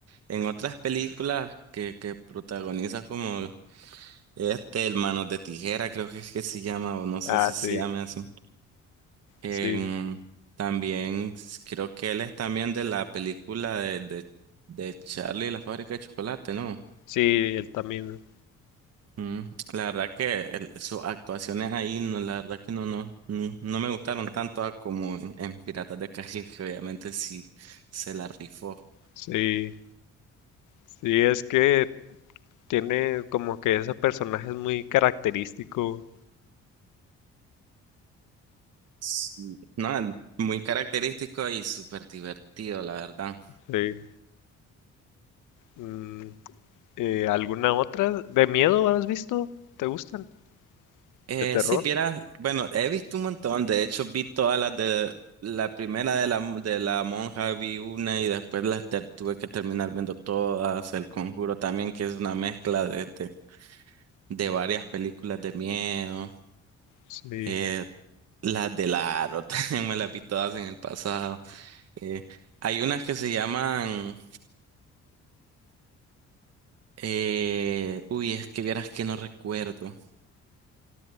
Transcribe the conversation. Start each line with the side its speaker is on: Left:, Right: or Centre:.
Right: en otras películas que, que protagoniza como este, el Manos de Tijera, creo que es que se llama, o no sé
Left: Ah,
Right: si se
Left: sí,
Right: llama así. em,
Left: sí,
Right: también s- creo que él es también de la película de, de, de Charlie y la fábrica de chocolate, ¿no?
Left: sí, él también,
Right: Mm, La verdad que el- sus actuaciones ahí, no, la verdad que no, no, no, no me gustaron tanto a como en, en Piratas de Caribe, que obviamente sí se la rifó.
Left: sí, sí, es que tiene como que ese personaje es muy característico,
Right: Sí. No, muy característico y súper divertido, la verdad.
Left: sí. Mm, eh, ¿alguna otra? ¿De miedo has visto? ¿Te gustan?
Right: Eh,
Left: ¿De terror?
Right: sí, vieras, bueno, he visto un montón, de hecho vi todas las de la primera de la, de la monja, vi una y después las ter- tuve que terminar viendo todas, El Conjuro también, que es una mezcla de, de, de varias películas de miedo,
Left: Sí.
Right: eh, las de Aro <laughs> también me las vi todas en el pasado. Eh, hay unas que se llaman, eh, uy, es que vieras que no recuerdo.